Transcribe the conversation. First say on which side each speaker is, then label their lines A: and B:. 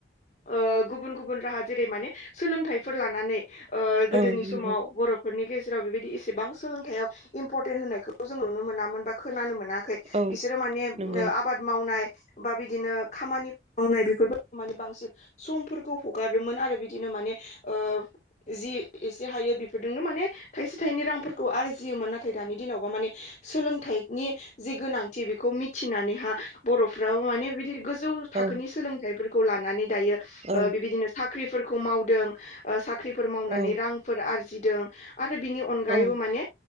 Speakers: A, on the left; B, on the right.
A: ओ गुबुन गुबुन राहा जेरै माने सोलोंथाइफोर लानानै ओ गोदोनि
B: औ नंगौ
A: समाव बर'फोरनि गेजेराव बेबायदि एसेबां सोलोंथायाइयाव इम्परटेन्ट होनायखौ जों नुनो मोनामोन बा खोनानो मोना खै
B: औ
A: बिसोरो माने ओ
B: नंगौ
A: आबाद मावनाय बा बिदिनो खामानि मावनाय बेफोरबो मानिे बांसिन समफोरखौ हगारोमोन आरो बिदिनो माने ओ जि एसे हायो बेफोरजोंनो माने थाइसे थाइनै रांफोरखौ आरजियोमोन नाथाय दानि दिनावबा माने सोलोंथाइनि जि गोनांथि बेखौ मिथिनानैहा बर'फ्राबो माने बिदि गोजौ थाखोनि
B: औ
A: सोलोंथाइफोरखौ लानानै बियो
B: औ
A: ओ बेबायदिनो साख्रिफोरखौ मावदों ओ साख्रिफोर मावनानै
B: औ
A: रांफोर आरजि जिदों आरो बिनि अनगायैबो
B: औ
A: माने